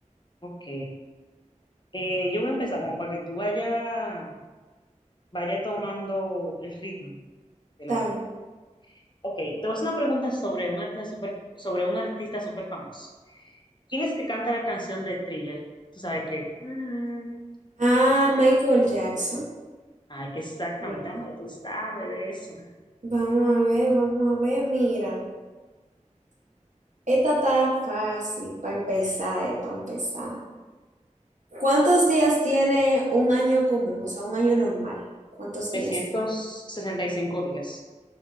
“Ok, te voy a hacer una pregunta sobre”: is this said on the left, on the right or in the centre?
Left